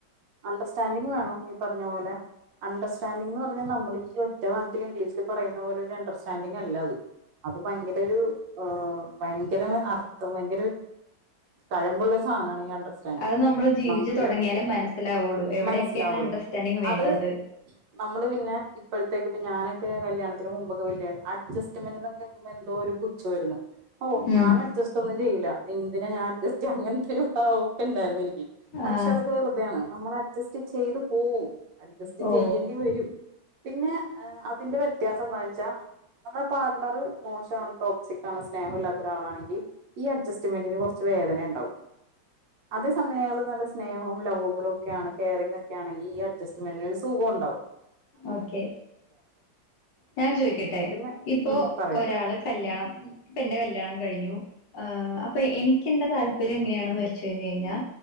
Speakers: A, on the right; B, on the left.
A: അണ്ടർസ്റ്റാൻഡിങ് വേണം ഇ പറയഞ്ഞ പോലെ അണ്ടർസ്റ്റാൻഡിന്ന് പറഞ്ഞാൽ നമ്മൾ ഒറ്റ- ഇംഗ്ലീഷിൽ പറയുന്ന പോലെ ഒരു അണ്ടർസ്റ്റൻഡിങ് അല്ല അത് അത് ഭയങ്കര ഒരു ഭയങ്കര അർത്ഥം കഴമ്പുള്ള ഒരു സാധനമാണ് ഈ അണ്ടർസ്റ്റാൻഡിങ്
B: അത് നമ്മള് ജീവിച്ചു
A: നമുക്ക്
B: തുടങ്ങിയാലേ മനസ്സിലാവുള്ളൂ എവിടെയൊക്കെയാണ്
A: മനസ്സിലാവുള്ളു
B: അണ്ടർസ്റ്റാൻഡിങ് വേണ്ടത്
A: അത് നമ്മള് പിന്നെ ഇപ്പോഴത്തേക്ക ഞാനൊക്കെ കല്യാണത്തി- മുമ്പ അഡ്സ്മെന് എന്തോ ഒരു പുച്ഛമായിരുന്നു ഓ
B: ഉം
A: ഞാൻ അഡ്ജസ്റ്റ് ഒന്നും ചെയില്ല എന്തിനാ ഞാൻ അഡ്ജസ്റ്റ് ചെയ്യണേ <inaudible> <inaudible> ഉണ്ടായിരുന്നു എനിക്ക് പക്ഷെ
B: ആഹ്
A: അതൊക്കെ വെറുതെയാണ് നമ്മൾ അഡ്ജസ്റ്റ് ചെയ്ത് പോവും അഡ്ജസ്റ്റ്
B: ഓ
A: ചെയ്യേണ്ടി വരും പിന്നെ അതിന്റെ വ്യത്യാസം എന്താ വെച്ചാ നമ്മുടെ പാർട്ണർ- മോശംമാണ് ടോപ്പ്സി സ്നേഹം ഇല്ലാത്ത ഒരാളാണെങ്കിൽ ഈ അഡ്ജസ് <unintelligible> കാെർച്ച് വേദനെണ്ടാവും അതേ സമയം ആ <unintelligible> നല്ല സ്നേഹവും ലൗവ്വുംകൂടെ ക്കേണ് കെയറിങ്ങാക്കെ ആണെങ്കി ഈ അഡ്ജസ്റ്റ്മെന്റിന് ഒര് സുഖാേണ്ടാവും
B: ഓക്കെ ഞാൻ ചോയ്ക്കട്ടെ
A: ഉം പിന്നെ
B: ഇപ്പൊ
A: ഉം പറയ്
B: ഒരാള് കല്യാണം
A: ഉം
B: പ്പെ എന്റെ കല്യാണം കഴിഞ്ഞു ആ അപ്പൊ എനിക്കിന്റെ താൽ പര്യം എങ്ങനെയണെന്ന് വെച്ച് കഴിഞ്ഞായ്ഞ്ഞാ